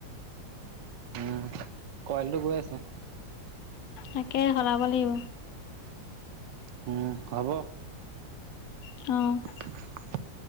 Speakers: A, on the right; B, on the left.
A: উম, কোৱালিটো গৈ আছে।
B: তাকে সলাব লাগিব।
A: উম, সলাব
B: অ'।
A: <inaudible>